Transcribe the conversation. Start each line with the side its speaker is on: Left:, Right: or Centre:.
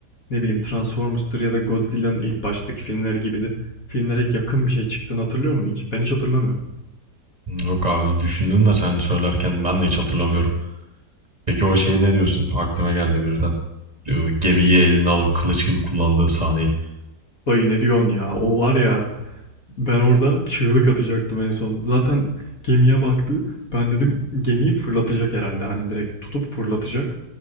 Left: ne bileyim Transformers'tır ya da Godzilla'nın ilk baştaki filmler gibidir. Filmlere yakın bir şey çıktığını hatırlıyor musun hiç? Ben hiç hatırlamıyorum.
Right: Yok abi düşündüm de sen söylerken ben de hiç hatırlamıyorum. Peki o şeye ne diyorsun? Aklıma geldi birden. Ee, Gemiyi eline alıp kılıç gibi kullandığı sahneyi.
Left: Dayı ne diyorsun ya? O var ya. Ben orada çığlık atacaktım en son. Zaten gemiye baktı. Ben dedim gemiyi fırlatacak herhalde. Hani direkt tutup fırlatacak.